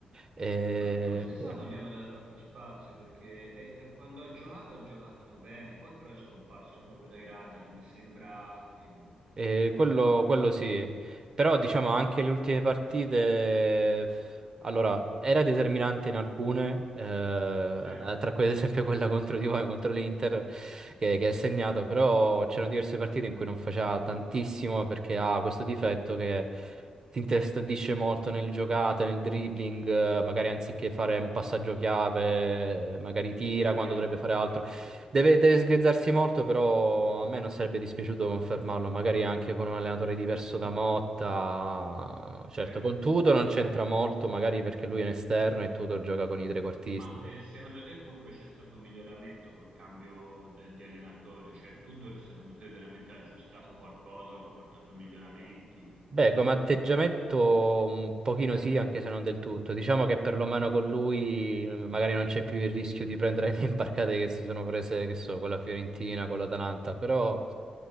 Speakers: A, on the right; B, on the right.
A: Eh,
B: Ma cosa
A: sì.
B: sa non gli hanno dato tanto spazio perché eh, eh, quando ha giocato ha giocato bene, poi però è scomparso proprio dai radar, mi sembra che,
A: Eh, quello,
B: che proprio...
A: quello sì, però diciamo anche le ultime partite, eh, allora, era determinante in alcune, eh,
B: Sì, ho
A: tra cui ad esempio quella contro di voi, contro l'Inter, che, che ha segnato, però c'erano diverse partite in cui non faceva tantissimo perché ha questo difetto che ti intestardisce molto nel giocate, nel dribbling, eh, magari anziché fare un passaggio chiave, magari tira
B: capito,
A: quando dovrebbe fare
B: ho
A: altro.
B: capito.
A: Deve, deve sgrezzarsi molto, però a me non sarebbe dispiaciuto confermarlo, magari anche con un allenatore diverso da Motta.
B: Ok.
A: Certo, con Tudor non c'entra molto, magari perché lui è un esterno e Tudor gioca con i trequartisti,
B: Ma eh,
A: quindi...
B: secondo te comunque c'è stato un miglioramento col cambio de- di allenatore? Cioè Tudor secondo te veramente ha aggiustato qualcosa o ha portato miglioramenti?
A: Beh, come atteggiamento un pochino sì, anche se non del tutto. Diciamo che perlomeno con lui eh, magari non c'è più il rischio di prendere <laughs> le imbarcate che si sono prese, che so, con la Fiorentina, con l'Atalanta, però